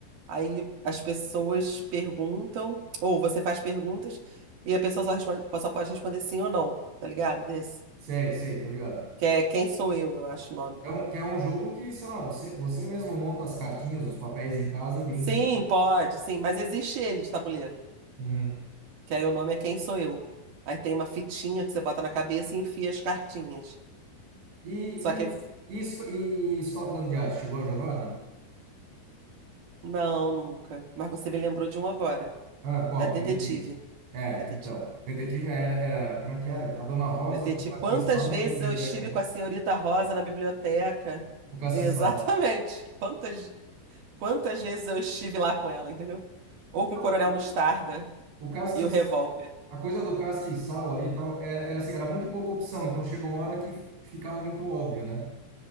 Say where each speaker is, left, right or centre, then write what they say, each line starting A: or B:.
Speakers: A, on the right; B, on the right.
A: Aí as pessoas perguntam, ou você faz perguntas, e a pessoa só responde- só pode responder sim ou não, tá ligado? Desse.
B: Sei, sei, tô ligado.
A: Que é Quem Sou Eu, eu acho o nome.
B: É um, que é um jogo que, sei lá, você, você mesmo monta as cartinhas, os papéis em casa e brinca,
A: Sim,
B: né?
A: pode, sim, mas existe ele de tabuleiro.
B: Uhum.
A: que aí o nome é Quem Sou Eu. Aí tem uma fitinha que você bota na cabeça e enfia as cartinhas.
B: E,
A: Só que,
B: e, e, Sc- e Scotland Yard, chegou a jogar, não?
A: não, nunca. Mas você me lembrou de um agora.
B: Ah, qual?
A: É Detetive.
B: Detetive. É,
A: Detetive.
B: então. Detetive era, era, como é que era? A Dona Rosa
A: Detetive.
B: com o castiçal
A: Quantas vezes
B: na biblioteca.
A: eu estive
B: né?
A: com a senhorita Rosa na biblioteca?
B: O castiçal.
A: Exatamente. Quantas, quantas vezes eu estive lá com ela, entendeu? Ou
B: Então,
A: com o Coronel
B: o
A: Mostarda
B: o castiçal,
A: e o revólver.
B: a coisa do castiçal ali e tal, era, era assim, era muito pouca opção. Então, chegou uma hora que ficava muito óbvio, né?